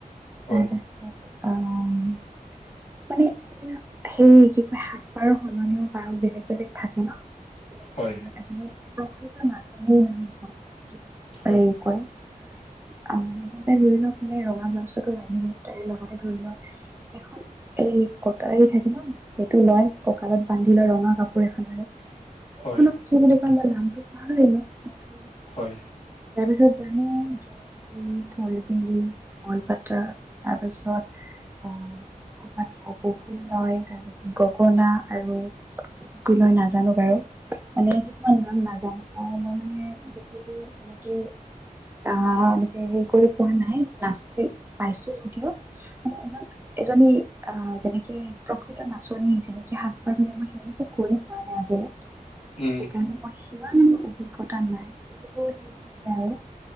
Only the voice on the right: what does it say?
তাৰপিছত আহ মানে এ সেই কি কয় সাজপাৰৰ সলনিও বাৰু বেলেগ বেলেগ থাকে ন বিলাকে
ধৰি লওক এজনী প্ৰকৃত নাচনি মানে
হেই কৰে
অ এনে ধৰি লওক মানে ৰঙা ব্লাউজো লাগিবৈ তাৰ লগতে ধৰি লওক এখন এ এই কটাৰি থাকিল ন সেইটো লয় ককালত বান্ধি লোৱা ৰঙা কাপোৰ এখনেৰে সেইখনক
কি বুলি কয় মই নামটো পাহালি থাকিলোঁ কিন্তু
তাৰপিছত যেনে জোনবিৰি ঢোলবিৰি গলপাতা তাৰপিছত খোপাত কপৌ ফুল লয় তাৰপিছত গগনা আৰু কি লয় নাজানো বাৰু মানে কিছুমান নাম নাজানো আৰু মই মানে বিহু তেনেকে আহ এনেকে হেৰি কৰি পোৱা নাই নাচি পাইছো যদিও মানে এজন এজনী আহ যেনেকে প্ৰকৃত নাচনী যেনেকে সাজ পাৰ বুলি মই সেনেকে কৈ পোৱা নাই আজিলে
সেইকাৰণে মই সিমান অভিজ্ঞতা নাই কিন্তু সেইখিনিয়ে আৰু